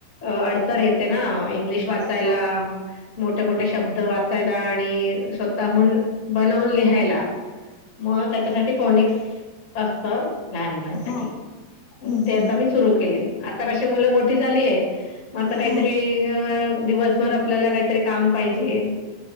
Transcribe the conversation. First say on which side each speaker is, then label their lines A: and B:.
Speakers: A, on the left; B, on the left.
A: अडचण येते ना वाचायला
B: हो
A: मोठे मोठे शब्द वाचायला आणि स्वतःहून बनवून लिहायला मग त्याच्यासाठी फोनिकस असत. लहान मुलांसाठी.
B: हो हो हो
A: ते आता मी सुरू केले आता कशी मुलं मोठी झालीय मग आता काहीतरी.
B: हो
A: दिवसभर आपल्याला काहीतरी काम पाहिजे